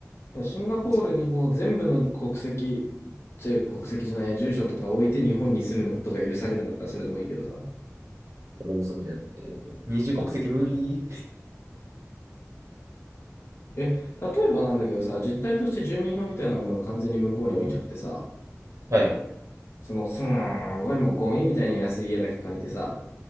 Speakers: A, on the left (about 50°); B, on the right (about 70°).
A: シンガポールにもう全部の国籍、
B: 一
A: ちょ、国籍じゃないや、住所とか置いて日本に住むのことが許されるんだったらそれでもいいけどさ。
B: 俺もそれやり。えー、二重国籍無理。
A: え、例えばなんだけどさ、実態として住民票みたいなものを完全に向こうに置いちゃってさ、
B: はい。
A: その、すんごいもうゴミみたいに安い家だけ借りてさ、